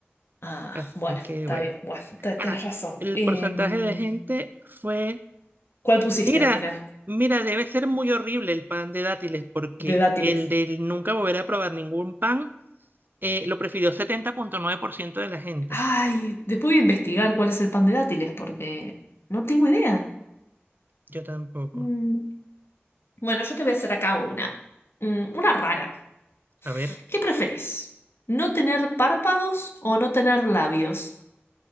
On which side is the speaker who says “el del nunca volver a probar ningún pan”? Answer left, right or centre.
Right